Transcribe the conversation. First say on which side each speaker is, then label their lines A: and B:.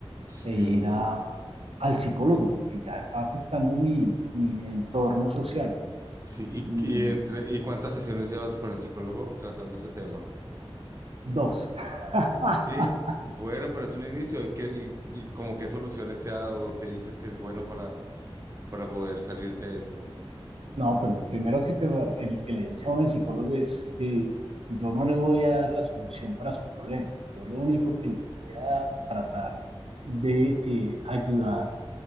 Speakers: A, on the right; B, on the right.
A: sí,
B: e ir a, al psicólogo porque ya está afectando mi, mi entorno social.
A: sí. ¿Y,
B: Y
A: y entre, y cuántas sesiones llevas con el psicólogo tratando ese tema?
B: dos. <laughs>
A: Sí, bueno, pero es un inicio. ¿Y, qué, y, y como qué soluciones te ha dado? ¿Qué dices que es bueno para, para poder salir de esto?
B: No, pues lo primero que, te, va- que, que le dice a uno el psicólogo es, eh, yo no le voy a dar la solución para su problema. Yo lo único que le voy a tratar de eh, ayudar